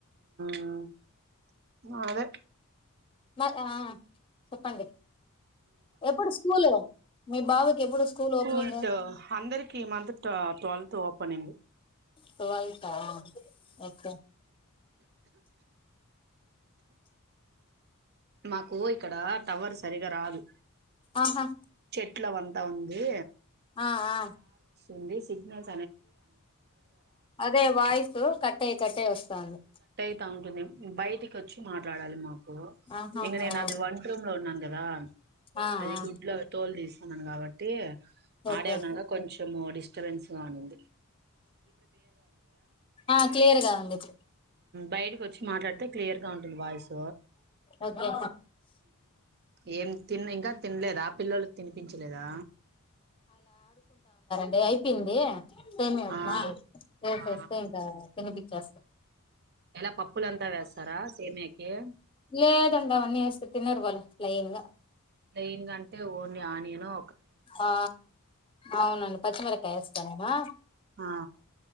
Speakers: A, on the right; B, on the left.
A: ఆ ఆ అదే
B: మ ఆ చెప్పండి ఎప్పుడు స్కూలు మీ బాబు ఎప్పుడు స్కూల్ ఓపెనింగ్
A: టుల్ట్ అందరికి మంత్ ట్వల్త్ ఓపెనింగ్
B: ట్వల్తా ఓకే
A: మాకు ఇక్కడ టవర్ సరిగా రాదు
B: ఆహా
A: చెట్ల అవంత త ఉంది
B: ఆ ఆ
A: ఉంది సిగ్నల్
B: అదే వాయిసు కట్టయి కట్టయి వస్తాంది
A: ా ఉంటుంది బయట ఇంటికొచ్చి మాట్లాడాలి మాకు
B: ఆహా
A: నేనది
B: ఓకే
A: వంట్రూమ్ లో ఉన్నాను గదా
B: ఆ
A: అది
B: ఆ
A: గుడ్లోవి తోలు తీసి న్నను కాబట్టి
B: ఓకే
A: ఆడవ్ నాన కొంచం మొత్తం డిస్టర్బెన్స్ గా ఉనింది
B: ఆ క్లియర్గా ఉంది ఇప్పుడు
A: బయటకి వచ్చి మాట్లాడితే క్లియర్ గ ఉంటుంది వాాయిస్
B: ఓకే
A: ఏం తిన్న ఇంకా తినలేద పిల్లలు తినిపించలేదా
B: అదే అయితంది సేమియా ఉప్మా
A: ఆ
B: చేసేస్తే
A: ఆ
B: ఇంక తినిపిచేస్తా
A: ఎలా పప్పులంతా వేస్తారా సేమియాకి
B: లేదండి అవన్నీ వేస్తె తినరు వాళ్ళు లైన్ గా
A: ప్లైన్ గ అంటే ఓన్లీ ఆనియను
B: ఆ అవునండి పచ్చిమిరకాయ వేస్తానవా
A: ఆ